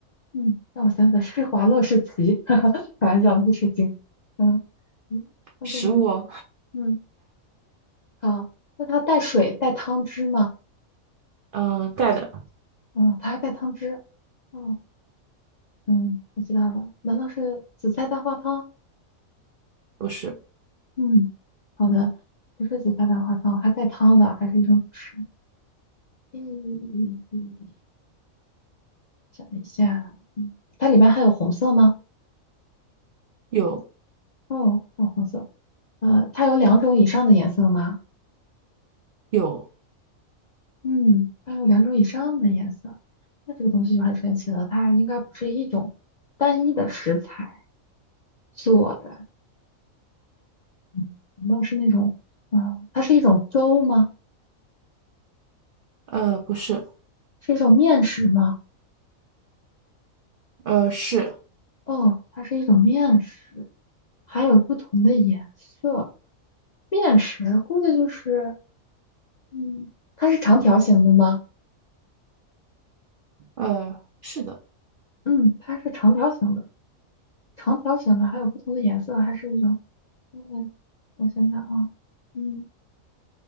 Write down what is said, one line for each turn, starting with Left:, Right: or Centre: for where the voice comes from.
Left: 嗯，让我想想，施华洛世奇，<laughs> 哈哈，开玩笑，不是精。嗯嗯，那这个东西，
Right: 食物，
Left: 嗯，好，那它带水带汤汁吗？
Right: 嗯，呃带的
Left: 嗯，它还带汤汁。嗯嗯，我知道了，难道是紫菜蛋花汤？
Right: 不是，
Left: 嗯，好的，不是紫菜蛋花汤，还带汤的，还是一种主食。嗯嗯嗯嗯，想一下，嗯，它里面还有红色吗？
Right: 有
Left: 哦，淡红色。呃，它有两种以上的颜色吗？
Right: 有，
Left: 嗯，它有两种以上的颜色，那这个东西就很神奇了。它应该不是一种单一的食材做的，嗯，难道是那种，嗯，它是一种粥吗？
Right: 呃，不是，
Left: 是一种面食吗？
Right: 呃，是，
Left: 哦，它是一种面食，还有不同的颜色。面食估计就是，嗯，它是长条形的吗？
Right: 呃，是的，
Left: 嗯，它是长条形的，长条形的还有不同的颜色，还是一种。嗯，我想想啊，嗯，